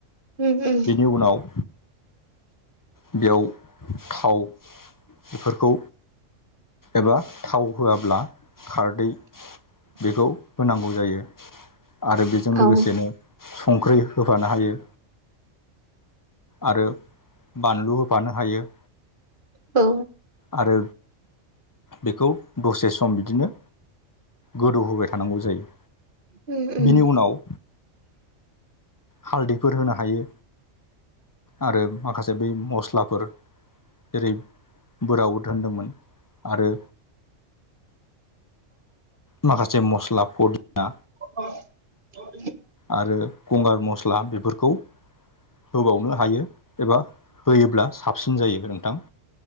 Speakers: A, on the right (about 40°); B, on the left (about 35°).
A: उम उम
B: बेनि उनाव। बेयाव थाव बेफोरखौ। एबा थाव होआब्ला खारदै। बेखौ होनांगौ जायो। आरो बेजों
A: औ
B: लोगोसेनो संख्रि होफानो हायो। आरो बानलु होफानो हायो।
A: औ।
B: आरो बेखौ दसे सम बिदिनो। गोदौहोबाय थानांगौ जायो
A: उम उम
B: बिनि उनाव हालदैफोर होनो हायो आरो माखासे बै मस्लाफोर। जेरै- बुराउद होनदोंमोन आरो माखासे मस्ला पदिना।
A: <unintelligible>
B: आरो गंगार मस्ला बेफोरखौ होबावनो हायो एबा। होयोब्ला साबसिन जायो नोंथां।